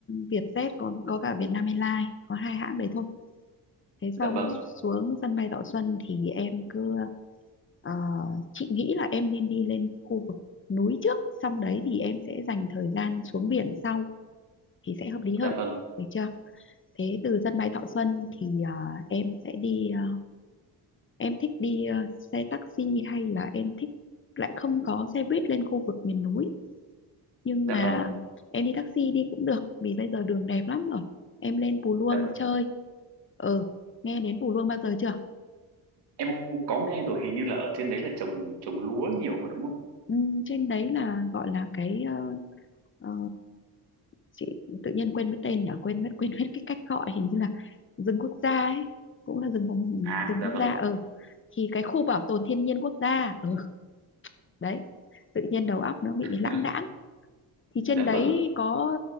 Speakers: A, on the left (about 30°); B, on the right (about 85°).
A: Vietjet có có cả Vietnam Airlines có hai hãng đấy thôi thế
B: dạ
A: xong
B: vâng
A: xuống sân bay Thọ Xuân thì em cứ ờ, chị nghĩ là em nên đi lên khu vực núi trước xong đấy thì em sẽ dành thời gian xuống biển sau thì sẽ hợp lý
B: dạ
A: hơn
B: vâng
A: được chưa thế từ sân bay Thọ Xuân thì ờ, em sẽ đi ờ, em thích đi ờ, xe taxi hay là em thích lại không có xe buýt lên khu vực miền núi nhưng
B: dạ
A: mà
B: vâng
A: em đi taxi đi cũng được vì bây giờ đường đẹp lắm rồi em lên Pù Luông
B: dạ vâng
A: chơi ừ nghe đến Pù Luông bao giờ chưa
B: em có nghe rồi hình như là ở trên đấy là trồng trồng lúa nhiều mà đúng không
A: Ừm, trên đấy là gọi là cái ờ, ờ, chị tự nhiên quên mất tên nhỉ quên mất quên mất cái cách gọi hình như là rừng quốc gia ấy cũng là rừng phòng
B: à
A: rừng
B: dạ
A: quốc
B: vâng
A: gia ừ thì cái khu bảo tồn thiên nhiên quốc gia ừ đấy tự nhiên đầu óc nó bị
B: <laughs>
A: lãng đãng thì trên
B: dạ
A: đấy
B: vâng
A: có